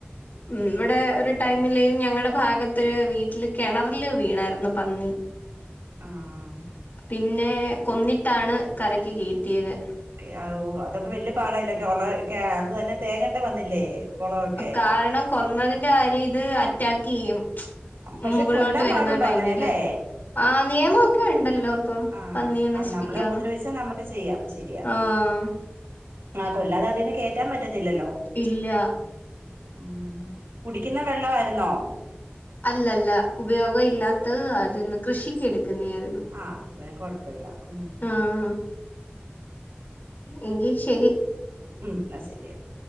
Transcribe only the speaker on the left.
ഉം ഇവിടെ ഒരു ടൈമില് ഞങ്ങടെ ഭാഗത്ത് വീട്ട്ല് കെണറില് വീണായിരുന്നു പന്നി
പിന്നേ കൊന്നിട്ടാണ് കരക്ക് കേറ്റിയത്
കാരണം കൊന്നതിന്റെ കാര്യം ഇത് അറ്റാക്കെയ്യും
മുകളിലോട്ട്
വരുന്ന
ടൈമില്
ആ നിയമൊ ഒക്കെ ഉണ്ടല്ലോ ഇപ്പം
പന്നിയെ നശിപ്പിക്കാന്ന്
ആഹ്
ഇല്ല
അല്ല അല്ല ഉപയോഗം ഇല്ലാത്തത് അത്ന്ന് കൃഷിക്ക് എടുക്ക്ന്നയാര്ന്ന്
ആഹ് എങ്കി ശെരി